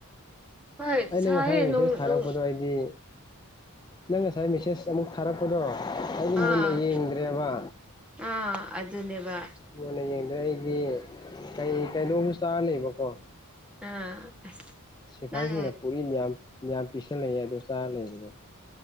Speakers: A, in the centre; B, on the left.
A: ꯍꯣꯏ
B: ꯑꯩꯅ
A: ꯁꯥꯏꯌꯦ
B: ꯉꯁꯥꯏ ꯃꯦꯁꯦꯖ
A: ꯅꯣꯡ
B: ꯊꯥꯔꯛꯄꯗꯣ
A: ꯅꯣꯡ
B: ꯑꯩꯗꯤ ꯅꯪ ꯉꯁꯥꯏ ꯃꯦꯁꯦꯖ ꯑꯃꯨꯛ ꯊꯥꯔꯛꯄꯗꯣ ꯑꯩꯗꯤ
A: ꯑꯥ
B: ꯃꯨꯟꯅ ꯌꯦꯡꯗ꯭ꯔꯦꯕ
A: ꯑꯥ ꯑꯗꯨꯅꯦꯕ
B: ꯃꯨꯟꯅ ꯌꯦꯡꯗ꯭ꯔꯦ ꯑꯩꯗꯤ ꯀꯩ ꯀꯩꯅꯣꯝꯁꯨ ꯆꯥꯔ ꯂꯩꯕꯀꯣ
A: ꯑꯥ
B: ꯁꯤꯐꯥꯏꯁꯤꯡꯅ
A: ꯅꯪ
B: ꯄꯨꯔꯤ ꯃꯌꯥꯝ ꯃꯌꯥꯝ ꯄꯤꯁꯜꯂꯛꯑꯦ ꯑꯗꯨ ꯆꯥꯔ ꯂꯩꯕꯗ